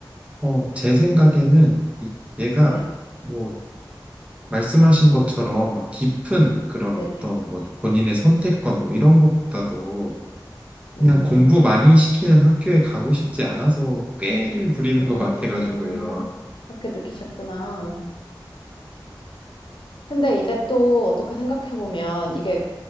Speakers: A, on the right (about 15°); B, on the left (about 80°).
A: 어, 제 생각에는 이- 얘가
B: 네,
A: 뭐 말씀하신 것처럼 막 깊은 그런
B: 네네.
A: 어떤 뭐 본인의 선택권 뭐 이런 것보다도
B: 음,
A: 그냥 공부 많이 시키는 학교에 가고 싶지 않아서 꾀를 부리는
B: 음,
A: 것 같아가지고요.
B: 그렇게 느끼셨구나. 근데 이제 또 어떻게 생각해보면 이게